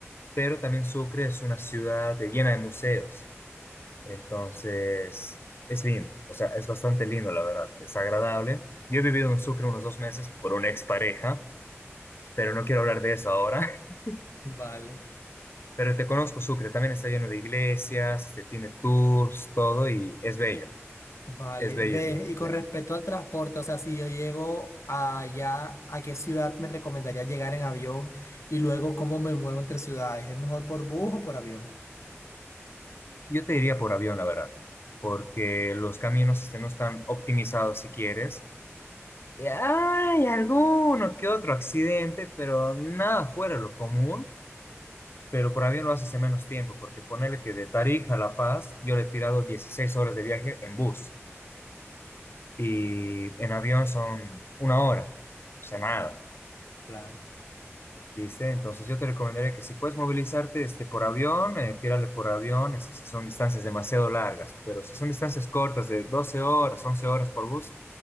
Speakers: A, on the left; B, on the left.
A: pero también Sucre es una ciudad llena de museos, entonces es lindo, o sea, es bastante lindo la verdad, es agradable. Yo he vivido en Sucre unos dos meses por una expareja, pero no quiero hablar de eso ahora, <laughs>
B: Vale,
A: pero te conozco Sucre, también está lleno de iglesias, este, tiene tours, todo y es bello,
B: vale.
A: es bello.
B: Ve, y
A: es
B: con
A: bello.
B: respecto al transporte, o sea, si yo llego allá, ¿a qué ciudad me recomendaría llegar en avión? Y luego, ¿cómo me muevo entre ciudades? ¿Es mejor por bus o por avión?
A: Yo te diría por avión, la verdad, porque los caminos este, no están optimizados si quieres. Y Hay alguno que otro accidente, pero nada fuera de lo común. Pero por avión lo haces en menos tiempo, porque ponele que de Tarija a La Paz yo le he tirado 16 horas de viaje en bus y en avión son una hora, o sea, nada.
B: Claro,
A: Listo, entonces yo te recomendaría que si puedes movilizarte este, por avión, eh, tírale por avión, este, si son distancias demasiado largas, pero si son distancias cortas de 12 horas, 11 horas por bus,